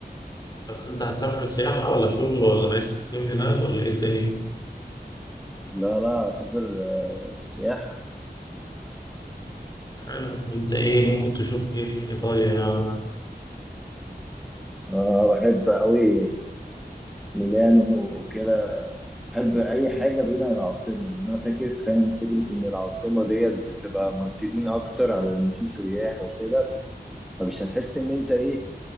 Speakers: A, on the left; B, in the centre.
A: بس أنت هتسافر سياحة ولا شغل ولا عايز تقيم هناك ولا إيه الدنيا؟
B: لا لا أسافر آه، سياحة
A: حلو، أنت إيه ممكن تشوف إيه في إيطاليا يعني؟
B: آه بحب أوي ميلانو وكده بحب اي حاجه بعيده عن العاصمه ان انا فاكر فاهم فكره ان العاصمه ديت بتبقى مركزين اكتر على ان في سياح وكده فمش هتحس ان انت ايه